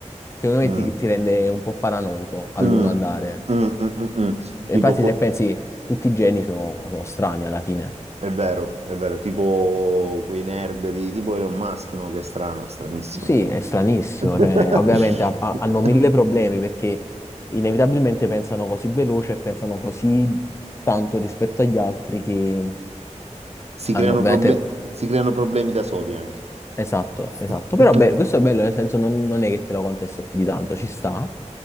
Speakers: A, on the left (about 20°); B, on the right (about 60°).
A: secondo me
B: mm,
A: ti, ti rende un po' paranoico a
B: mm,
A: lungo andare.
B: mm, mm, mm, mm. mm.
A: E
B: Tipo,
A: Infatti
B: pu-
A: se pensi, tutti i geni sono sono strani alla fine.
B: è vero, è vero, tipo quei nerd di tipo Elon Musk, no? Che è strano, stranissimo.
A: Sì,
B: Elon-
A: è stranissimo,
B: cioè. <laughs>
A: cioè, ovviamente ha- ha- hanno mille problemi perché inevitabilmente pensano così veloce e pensano così tanto rispetto agli altri che
B: Si creano
A: hanno veramente...
B: proble- si creano problemi da soli anche.
A: Esatto, esatto.
B: <laughs>
A: Però beh, questo è bello, nel senso non, non è che te lo contesto più di tanto, ci sta.